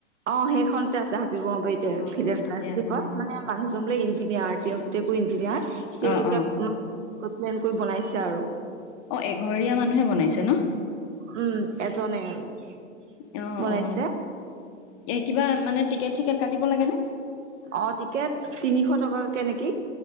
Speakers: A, on the right; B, on the left.
A: অ সেইখনতে আছে হাবি বঙৰাবাৰীতে
B: অ',
A: ফি চাই
B: তাতে
A: বুলি
B: আছে
A: কয়
B: ন
A: মানে মানুহজন বোলে ইনজি ইঞ্জিনিয়াৰ তেওঁ পুতেকো ইঞ্জিনিয়াৰ তেওঁলোক
B: অ', অ',
A: <unintelligible> প্লেন কৰি বনাইছে আৰু
B: অ', এঘৰীয়া মানুহে বনাইছে ন
A: উম এজনে আৰু
B: অ',
A: বনাইছে
B: অ', এ কিবা মানে টিকেট চিকেট কাটিব লাগে নে
A: অ টিকেট তিনিশ টকাকে নেকি৷